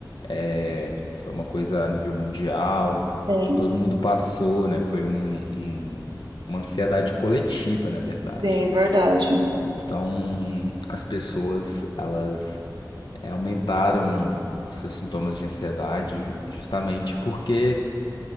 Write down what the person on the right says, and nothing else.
Sim.
Sim, verdade.